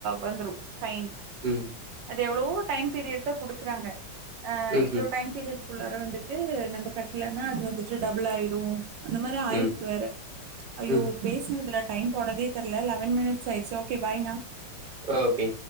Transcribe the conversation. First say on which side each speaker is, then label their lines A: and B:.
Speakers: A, on the right; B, on the right.
A: வந்துரும் ஃபைன்
B: உம்
A: அது எவ்வளவோ டைம் பீரியட் தான் குடுக்குறாங்க அ
B: ம்ஹ்ம்
A: இவ்வளோ டைம் பீரியட் குள்ளார வந்துட்டு நம்ம கட்டலனா அது வந்துட்டு டபுள் ஆயிடும் அந்த மாரி ஆயிருக்கு
B: ம்
A: வேற ஐயோ
B: ம்
A: பேசுனதுல டைம் போனதே தெர்ல லெவன் மினிட் ஸ் ஆய்டுச்சி ஓகே பாய்னா
B: ஆ ஓகே